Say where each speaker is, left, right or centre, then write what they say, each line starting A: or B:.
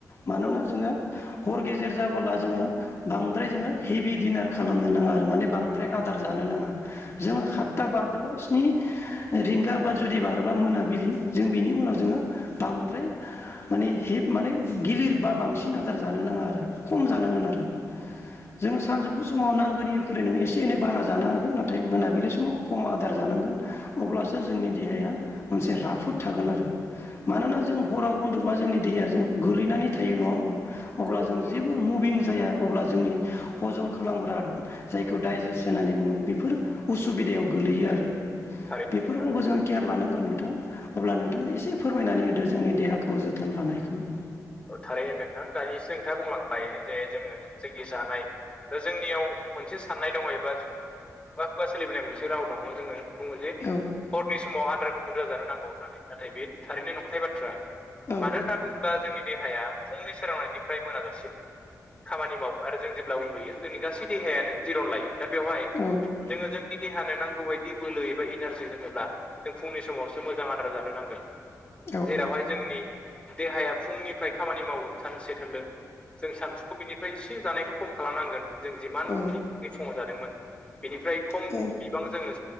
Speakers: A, on the left (about 40°); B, on the left (about 20°).
A: मानोना
B: औ
A: जोङो हर गेजेर जाबोला जोङो बांद्राय जोङो हेभि डिनार खालामनो नाङा आरो माने बांद्राय आदार जानो नाङा। जोङ सातथा बारदोबा स्नि रिंगा बा जुदि बारोबा मोनाबिलि जों बिनि उनाव जोङो बांद्राय माने हेप माने गिलिर बा बांसिन आदार जानो नाङा आरो खम जानांगोन आरो जोंङो सानजौफु समाव नांगौनिख्र नोङो एसे एनै बारा जानो हागोन नाथाय मोनाबिलि समाव खम आदार जानांगोन। अब्लासो जोंनि देहाया मोनसे राफोद थागोन आरो मानोना जों हराव उन्दोबा जोंनि देहाया जों गोगलैनानै थायो नङा होमबा। अब्ला
B: औ
A: जों
B: औ
A: जेबो मुभिं जाया अब्ला जोंनि हजम खालामग्रा जायखौ दडाइजेस्ट होननानै बुङो बेफोर <unintelligible> उसुबिदायाव गोलैयो आरो
B: थारैनो
A: बेफोरखौबो
B: नोंथां
A: जों केयार लानांगोन नोंथां अब्ला नोंथाङा एसे फोरमायनानै होदो जोंनि देहाखौ जोथोन लानायखौ।
B: औ थारैनो नोंथां दानिसो नोंथाङा बुंलांबाय <unintelligible> जे जोङो जोंनि जानाय दा जोंनियाव मोनसे साननाय दङ एबा बा खुगा खुगा सोलिबोनाय मोनसे राव दङ जोङो बुङो जे
A: औ
B: हरनि समाव आदारखौ बुरजा जानो नांगौ होननानै नाथाय बे थारैनो नंखाय बाथ्रा।
A: औ
B: मानो होनना बुङोब्ला जोंनि देहाया फुंनि सोरांनायनिफ्राय मोनाजासिम खामानि मावो आरो जों जेब्ला उन्दुयो जोंनि गासै देहायानो जिरन लायो दा बेवहाय
A: औ
B: जोङो जोंनि देहानो नांगौ बायदि बोलो एबा इनारजि होनोब्ला जों फुंनि समावसो मोजां आदार जानो नांगोन
A: औ
B: जेरावहाय जोंनि देहाया फुंनि फ्राय खामानि मावो सानसे थोरलोलो जों सानसुखौ बिनिफ्राय एसे जानायखौ खम खालामनांगोन। जों जिमान
A: औ
B: बिबांनि फुङाव जादोंमोन बेनिफ्राय खम
A: औ
B: बिबां जोङो